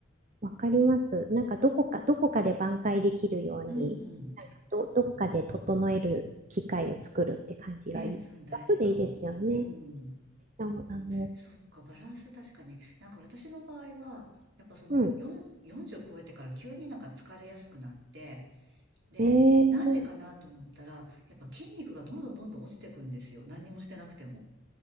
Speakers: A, on the right; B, on the right.
A: わかります。なんかどこか、どこかで挽回できるように、
B: うんうん。
A: なんかど、どっかで整える機会を作るって感じがいい。
B: ね、そういうの大事かも。
A: 楽でいいですよね。
B: うん。
A: あの、あの、
B: そっか、バランス確かに。なんか私の場合は、やっぱその4、
A: うん。
B: 40超えてから急になんか疲れやすくなって、で、
A: ええー
B: なんでかなと思ったら、やっぱ筋肉がどんどんどんどん落ちてくんですよ。何にもしてなくても。